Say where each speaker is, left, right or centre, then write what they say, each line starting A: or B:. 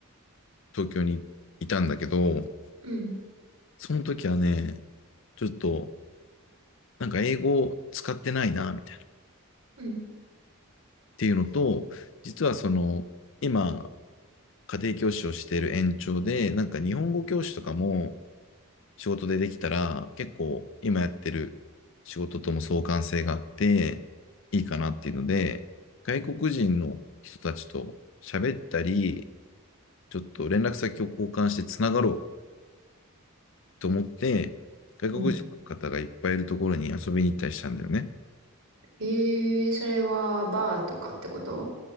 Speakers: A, on the left; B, on the right.
A: 東京にいたんだけど、
B: うん、
A: その時はね、ちょっとなんか英語使ってないな、みたいな。っ
B: うん、
A: ていうのと、実はその、今、家庭教師をしている延長で、なんか日本語教師とかも、仕事でできたら、結構今やってる仕事とも相関性があって、いいかなっていうので、外国人の人たちと喋ったり、ちょっと連絡先を交換してつながろうと思って、外国人の方がいっぱいいるところに遊びに行ったりしたんだよね。
B: うん。ええー、それはバーとかってこと